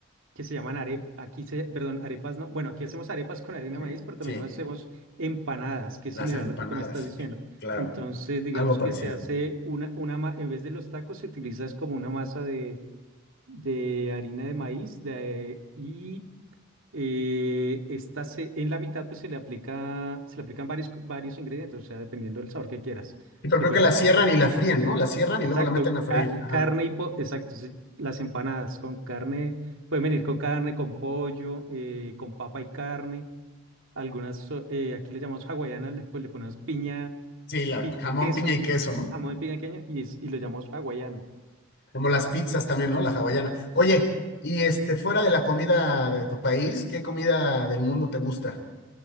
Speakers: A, on the right (about 65°); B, on the left (about 60°).
A: que se llaman arepas, aquí se, perdón, arepas no, bueno, aquí hacemos arepas con harina
B: Sí,
A: de maíz, pero también
B: sí.
A: hacemos empanadas, que es
B: Las
A: similar
B: empanadas,
A: a lo que tú me estás diciendo.
B: claro,
A: Entonces, digamos
B: algo parecido.
A: que se hace una, una, ma- en vez de los tacos, se utiliza es como una masa de, de harina de maíz de, y eh, esta se, en la mitad pues se le aplica, se le aplican varios, varios ingredientes, o sea, dependiendo del sabor que quieras.
B: Pero
A: Se
B: creo
A: le puede
B: que la
A: aplicar
B: cierran y la fríen, ¿no? La cierran y
A: Exacto,
B: luego la meten a freír.
A: ca-
B: Ajá.
A: carne y po- exacto, sí, las empanadas con carne, pueden venir con carne, con pollo, eh, con papa y carne, algunas, so- eh, aquí le llamamos hawaianas, le, pues, le ponemos piña,
B: Sí, la
A: piña
B: jamón,
A: y queso,
B: piña y queso, ¿no?
A: jamón y piña queña, y, es- y lo llamamos hawaiano.
B: Como las pizzas también, ¿no? La hawaiana. Oye, y este, fuera de la comida de tu país, ¿qué comida del mundo te gusta?